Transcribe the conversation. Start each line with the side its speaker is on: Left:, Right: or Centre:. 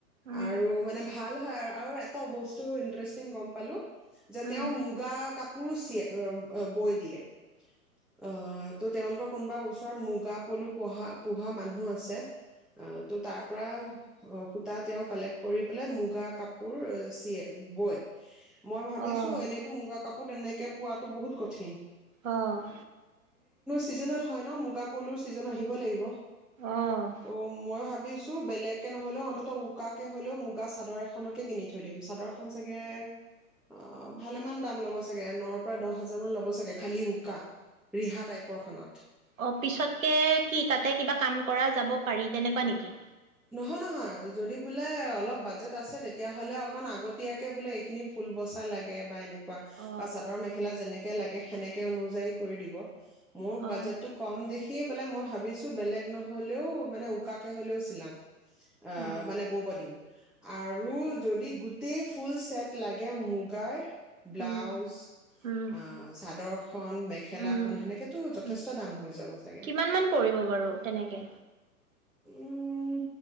Right: উম,
Centre: আৰু মানে ভাল। হয় আৰু এটা বস্তু ইন্টাৰেষ্টিং গম পালোঁ। যে
Right: উম,
Centre: তেওঁ মুগা কাপ <unintelligible> বৈ দিয়ে। অ-হ, তো তেওঁলোকৰ কোনোবা ওচ মুগা পলু পোহা পোহা মানুহ আছে। অ', ত' তাৰ পৰা সূতা তেওঁ কালেক্ট কৰি পেলাই মুগা কাপোৰ চিয়ে, বয়। মই ভাবিছোঁ
Right: অ',
Centre: এনেইতো মুগা কাপ পোৰ তেনেকে পোৱাতো বহুত কঠিন।
Right: অ'
Centre: চিজনেল হয় ন, মুগা পলুৰ ছিজন আহিব লাগিব।
Right: অ'।
Centre: ত' মই ভাবিছ তু, বেলেগকে নহলেও অন্তত উকাকে হলেও মুগা চাদৰ এখনকে কিনি থৈ দিম। চাদৰ খন চাগে অ ভালেমান দাম ল'ব চাগে, নৰ পৰা দহ হাজাৰ মান ল'ব চাগে, খালি উকা। ৰিহা টাইপৰ খনত
Right: অ পিছতকে কি তাতে কিবা কাম কৰা যাব পাৰি, তেনেকুৱা নেকি?
Centre: নহয়- নহয়, যদি বোলে অলপ বাজেট আছে, তেতিয়াহ'লে অকন আগতীয়াকে বোলে এইখিনি ফুল বচা লাগে, বা এনে কুৱা।
Right: অ
Centre: বা চাদৰ মেখেলা যেনেকে লাগে সেনেকে অনুযায়ী কৰি দিব। মোৰ
Right: অ
Centre: বাজেটটো কম দেখি সেই পেলাই মই ভাবিছোঁ বেলেগ নহ'লেও মানে উকাকে হ'লেও চিলাম। অ
Right: অ
Centre: মানে বোৱ দিম আৰু যদি গোটেই ফুল চেট লাগে মুগাৰ। ব্লাউজ,
Right: উম উম
Centre: আহ চাদৰখন, মেখেলাখন
Right: উম
Centre: সেনেকেতো যথেষ্ট
Right: উম
Centre: দাম হৈ যাব চাগে!
Right: কিমান মান পৰিব বাৰু তেনেকে?
Centre: উমম